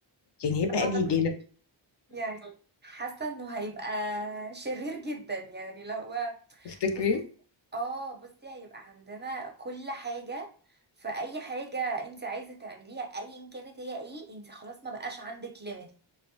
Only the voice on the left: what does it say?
يعني هيبقى
انهي جانب
تفتكري